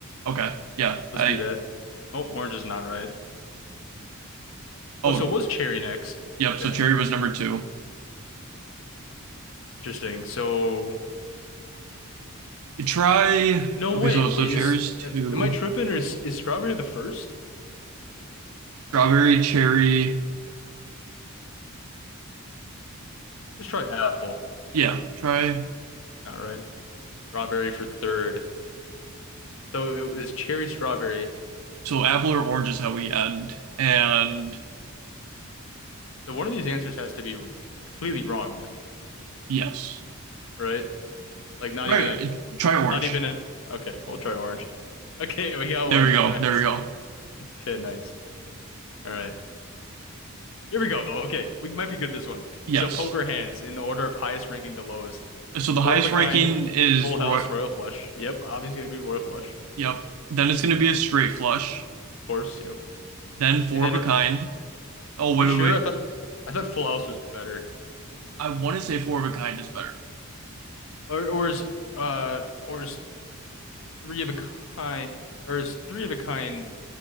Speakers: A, on the right; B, on the left.
A: Okay, yeah.
B: Let's
A: I,
B: do that. Oh, orange is not right.
A: oh,
B: Oh, so it was cherry next.
A: yep.
B: Okay.
A: So cherry was number two.
B: Interesting. So,
A: Try.
B: no
A: Okay,
B: way.
A: so
B: Wait,
A: so cherry's
B: is,
A: two.
B: am I tripping or is, is strawberry the first?
A: Strawberry, cherry.
B: Let's try apple.
A: Yeah, try.
B: Not right. Strawberry for third. So it was cherry strawberry.
A: So apple or orange is how we end. And
B: So one of these answers has to be completely wrong then,
A: yes.
B: right? Like not
A: Try
B: even a
A: try orange.
B: not even a okay, we'll try orange. <laughs> Okay, we got
A: There
B: one.
A: we go.
B: Nice.
A: There we go.
B: Okay, nice. All right. Here we go. Okay, we might be good at this one.
A: Yes.
B: So poker hands in the order of highest ranking to lowest.
A: So the highest
B: Four of a kind,
A: ranking is
B: full
A: Roy.
B: house, royal flush. Yep, obviously gonna be royal flush.
A: Yep. Then it's going to be a straight flush.
B: Of course, yep.
A: Then four
B: And then
A: of a
B: are
A: kind. Oh, wait,
B: you sure?
A: wait, wait.
B: I thought I thought full house was better.
A: I want to say four of a kind is better.
B: Or or is uh or is three of a kind, or is three of a kind